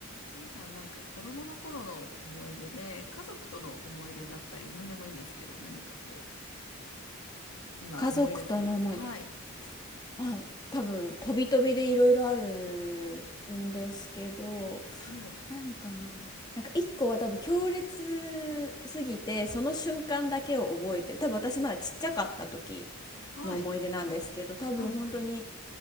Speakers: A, on the left; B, on the left.
A: ちいさん、なんか子供の頃の思い出で、家族との思い出だったり、何でもいいんですけど、何かこう、今思い出せること。
B: 家族との思い出。
A: はい。
B: まあ、多分、飛び飛びでいろいろあるんですけど、
A: はい。
B: 何かな。なんか一個は多分強烈すぎて、その瞬間だけを覚えてる。多分私まだちっちゃかった時
A: はい。
B: の思い出なんですけど、多分本当に
A: はい。はい。